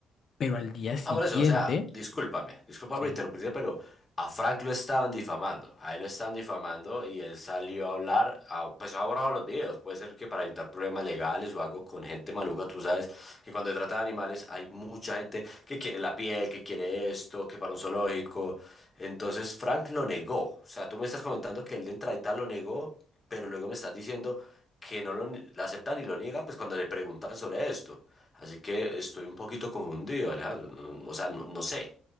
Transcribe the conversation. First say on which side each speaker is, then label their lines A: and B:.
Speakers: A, on the left; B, on the left.
A: Pero al día siguiente,
B: Ah, por eso, o sea, discúlpame, disculpa
A: sí.
B: por interrumpirte, pero a Frank lo estaban difamando, a él lo estaban difamando y él salió a hablar, a- pues ha borrado los videos, puede ser que para evitar problemas legales o algo con gente maluca, tú sabes que cuando se trata de animales hay mucha gente que quiere la piel, que quiere esto, que para un zoológico, entonces Frank lo negó, o sea, tú me estás comentando que él de entradita lo negó, pero luego me estás diciendo que no lo, ni- la acepta ni lo niega, pues cuando le preguntan sobre esto. Así que estoy un poquito confundido, Alejandro. No- no, O sea, no, no sé.